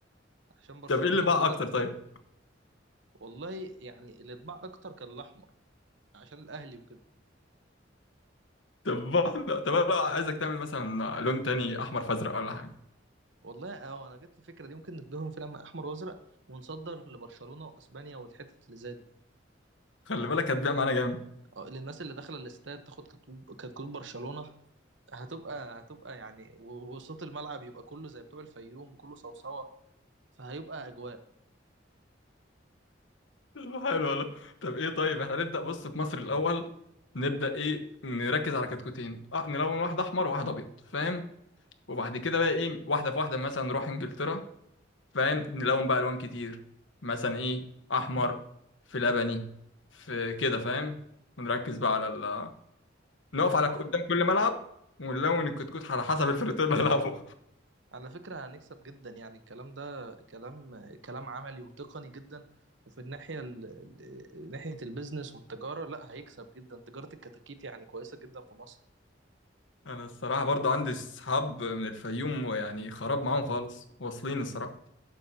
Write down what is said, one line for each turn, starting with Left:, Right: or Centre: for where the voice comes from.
Right: عشان برشلونة
Left: طب ايه اللي باع
Right: وكده
Left: اكتر طيب
Right: والله يعني اللي اتباع اكتر كان الاحمر عشان الاهلي وكده
Left: طب بقى... طب انا بقى عايزك تعمل مثلا لون تاني احمر فازرق ولا حاجه
Right: والله اه انا جت لي فكره دي ممكن نديهم فيلم احمر وازرق ونصدر لبرشلونه واسبانيا والحتت اللي زي دي
Left: خلي بالك هتبيع معانا جامد
Right: اه للناس اللي داخله الاستاد تاخد كتكوت كتكوت برشلونه هتبقى هتبقى يعني و- وصوت الملعب يبقى كله زي بتوع الفيوم وكله صوصوه فهيبقى اجواء
Left: طب حلو والله طب ايه طيب احنا نبدأ بص في مصر الأول نبدأ ايه نركز على كتكوتين اه نلون واحد أحمر وواحد أبيض فاهم وبعد كده بقى ايه واحدة في واحدة مثلا نروح إنجلترا فاهم نلون بقى ألوان كتير مثلا ايه أحمر في لبني في كده فاهم ونركز بقى على ال نقف
Right: انا
Left: على
Right: مخ
Left: قدام كل ملعب ونلون الكتكوت على حسب الفريق اللي هيلعبه
Right: على فكرة هنكسب جدا يعني الكلام ده كلام كلام عملي وتقني جدا وفي الناحية ال... ال- ناحية البيزنس والتجارة لا هيكسب جدا تجارة الكتاكيت يعني كويسة جدا في مصر
Left: <laughs> أنا الصراحة برضو عندي صحاب من الفيوم ويعني خراب معاهم خالص واصلين الصراحة